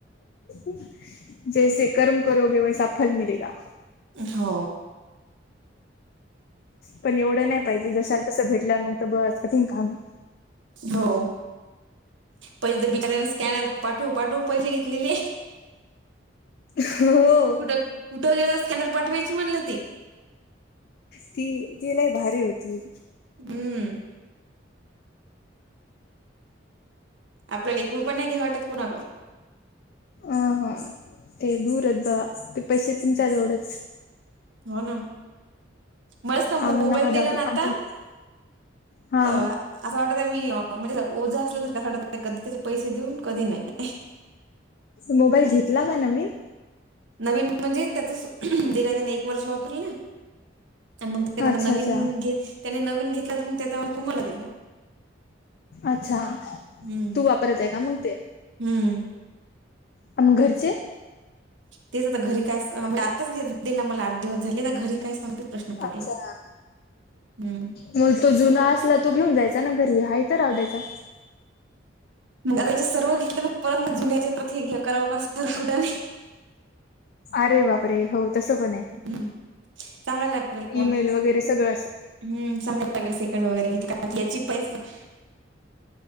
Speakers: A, on the left; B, on the right.
A: <inaudible> जैसे कर्म करोगे वैसा फल मिलेगा
B: हो
A: पण एवढं नाही पाहिजे जशाला तसं भेटला मग तर बरच कठीण काम आहे.
B: हो पहिले तर बिचाऱ्याने स्कॅनर पाठव पाठव पैसे घेतलेले.
A: हो
B: कुठ कुठं गेलं स्कॅनर पाठवायची म्हणलं ती
A: ती ती लय भारी होती.
B: हम्म आपल्याला एक रुपय नाही घे वाटत कोणाकडून
A: ह हा ते दूरच बा ते पैसे तुमच्याजवळंच
B: हो ना मस्त
A: आम्हाला
B: मोबाईल
A: नका
B: दिला
A: दाखवू
B: ना आता
A: आमचं हा
B: तर असं वाटत आहे अ मी म्हणजे ओझं असल्यासारख असं वाटत कधी त्याचे पैसे देऊन कधी नाही.
A: मोबाईल घेतला का नवीन?
B: नवीन म्हणजे त्याचस दिला त्यांने एक वर्ष वापरलं ना. आणि मंग त्याने
A: अच्छा
B: आता नवीन
A: अच्छा
B: घे त्याने नवीन घेतलं तर मग त्याच्या तुम्हाला दिला.
A: अच्छा!
B: हम्म
A: तू वापरत आहे का मंग ते?
B: हम्म
A: पण मग घरचे
B: तेच आता घरी काय स म आताच घेत देला मला आठ दिवस झाले आ घरी काय सांगते. प्रश्न पडला
A: अच्छा
B: हम्म.
A: मग तो जुना असला तो घेऊन जायचा ना घरी आहे तर राहू द्याचा.
B: मग आता हेच्यात सर्व घेतलं परत म जुन्याच्या परत हे घ्या करावं का असं कुठं
A: अरे बापरे! हो तसं पण आहे.
B: हम्म चांगलं लागल कोण.
A: ईमेल वगैरे सगळं असं
B: <unintelligible>